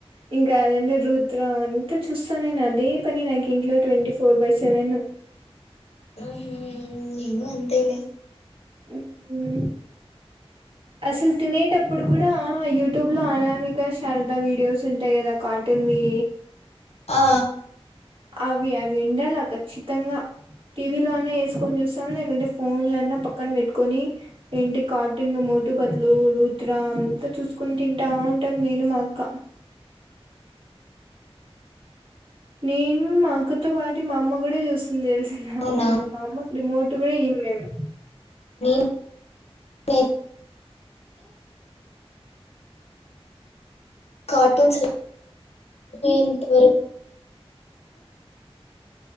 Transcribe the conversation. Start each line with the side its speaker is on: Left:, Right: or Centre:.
Right: ఇంకా అదే రుద్ర అంతా చూస్తా నేను అదే పని నాకు ఇంట్లో ట్వంటీ ఫోర్ బై సెవెన్
Left: ఆ హా నేను అంతేలే
Right: హ్మ్. అసలు తినేటప్పుడు కూడా ఆ యూట్యూబ్ లో అనామిక శారదా వీడియోస్ ఉంటాయి కదా కార్టూన్ వి
Left: ఆ
Right: అవి అవి ఉండాల ఖచ్చితంగా టీవీలో అన్నా, అవి అవి కాఫీ ఉండాలా కచ్చితంగా టీవీలో అన్న, వేసుకొని చూస్తాం లేకుంటే ఫోన్లన్నా పక్కన పెట్టుకొని, ఏంటి కార్టూన్ లో మోటు పతులు, రుద్ర అంతా చూసుకొని, తింటా ఉంటాం. నేను మా అక్క. నేను మా అక్కతో పాటి మా అమ్మ కూడా చూస్
Left: అవునా
Right: ఇంగ మాఅమ్మకు రిమోట్ కూడా ఈం మేము
Left: లేంత కార్టూన్స్ ఎంతవరకు